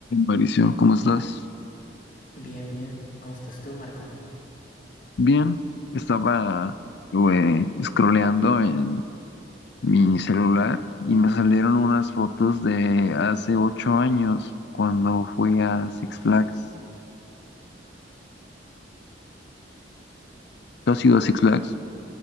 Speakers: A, on the left; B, on the left.
A: Mauricio, ¿cómo estás?
B: Bien, bien. ¿Cómo estás tú, Marco?
A: Bien, estaba eh, scrolleando en mi celular y me salieron unas fotos de hace ocho años cuando fui a Six Flags. ¿Tú has ido a Six Flags?